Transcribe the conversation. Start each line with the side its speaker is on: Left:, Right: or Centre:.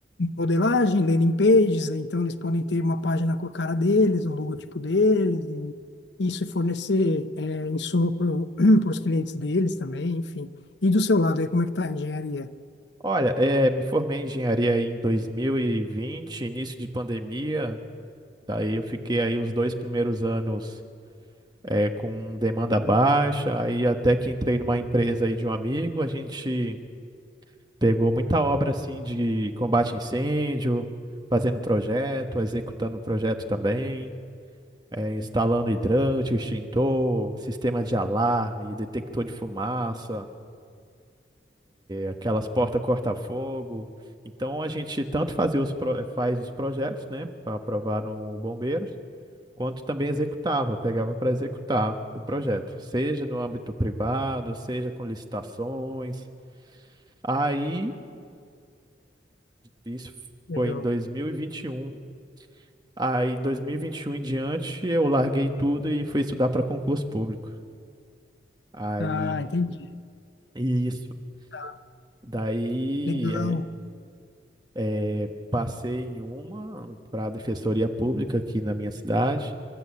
Left: modelagem, landing pages, então eles podem ter uma página com a cara deles, o logotipo deles, e isso fornecer eh, insumo para os <clears throat> clientes deles também, enfim. E do seu lado aí, como é que tá a engenharia?
Right: Olha, eh, me formei em engenharia aí em 2020, início de pandemia. Daí eu fiquei aí os dois primeiros anos eh, com demanda baixa. Aí até que entrei numa empresa aí de um amigo, a gente pegou muita obra assim de combate a incêndio, fazendo projeto, executando projeto também, eh, instalando hidrante, extintor, sistema de alarme, detector de fumaça. aquelas portas corta-fogo. Então a gente tanto fazia os pro- faz os projetos, né, para aprovar no Bombeiros, quanto também executava, pegava para executar o projeto, seja no âmbito privado, seja com licitações. Aí isso
Left: Legal.
Right: foi em dois mil e e vinte e um Aí dois mil e e vinte e um em diante eu larguei tudo e fui estudar para concurso público. Aí
Left: Ah, entendi.
Right: isso.
Left: Tá,
Right: Daí
Left: Legal.
Right: é, É, passei em uma para a Defensoria Pública aqui na minha cidade